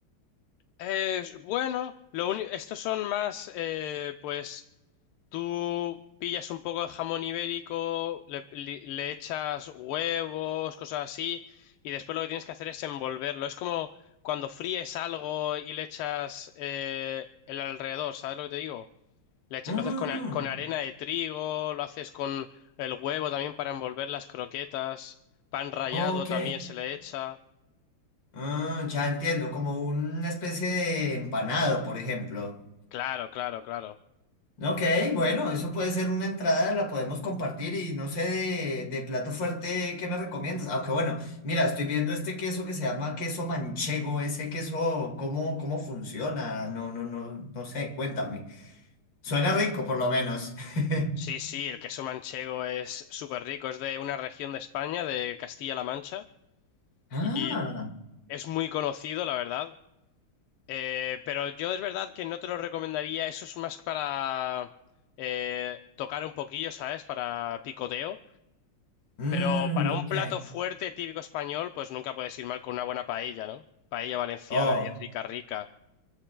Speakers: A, on the left (about 85°); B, on the left (about 60°).
A: Eh, bueno, lo único, estos son más, eh, pues tú pillas un poco de jamón ibérico, le, li- le echas huevos, cosas así, y después lo que tienes que hacer es envolverlo. Es como cuando fríes algo y le echas eh, el alrededor, ¿sabes lo que te digo? Le echa-
B: Mm,
A: lo haces con, a- con arena de trigo, lo haces con el huevo también para envolver las croquetas, pan rallado
B: ok.
A: también se le echa.
B: Ah, ya entiendo, como una especie de empanado, por ejemplo.
A: Claro, claro, claro.
B: Ok, bueno, eso puede ser una entrada, la podemos compartir y no sé de, de plato fuerte qué me recomiendas. Aunque bueno, mira, estoy viendo este queso que se llama queso manchego, ese queso, ¿cómo, cómo funciona? No, no, no, no sé, cuéntame. Suena rico por lo menos. <laughs>
A: Sí, sí, el queso manchego es súper rico, es de una región de España, de Castilla-La Mancha,
B: Ah,
A: y es muy conocido, la verdad. Eh, pero yo es verdad que no te lo recomendaría, eso es más para eh, tocar un poquillo, ¿sabes? Para picoteo.
B: mmm,
A: Pero para
B: ok.
A: un plato fuerte típico español, pues nunca puedes ir mal con una buena paella, ¿no? Paella valenciana
B: Oh,
A: y rica, rica.